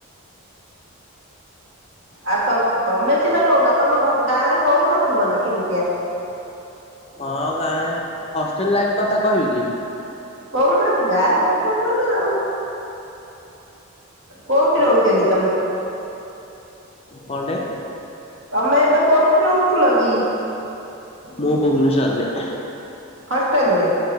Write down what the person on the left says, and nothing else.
ହଁ ଗାଁ ରେ ହଷ୍ଟେଲ ଲାଇଫ କଥା କହିବି କି?
କଣ୍ଡେ?
ମୁଁ ଭୁବନେଶ୍ୱର ରେ।